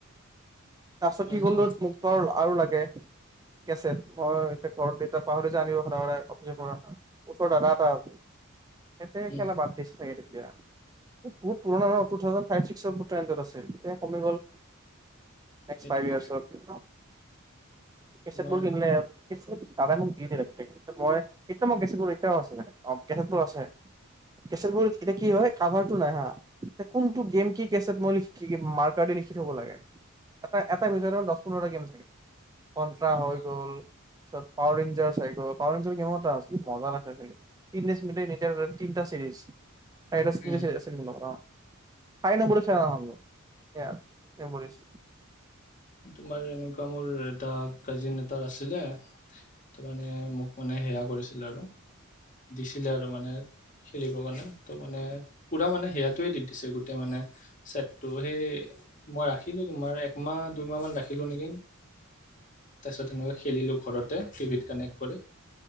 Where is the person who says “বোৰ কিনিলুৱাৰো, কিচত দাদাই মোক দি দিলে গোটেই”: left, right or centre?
Right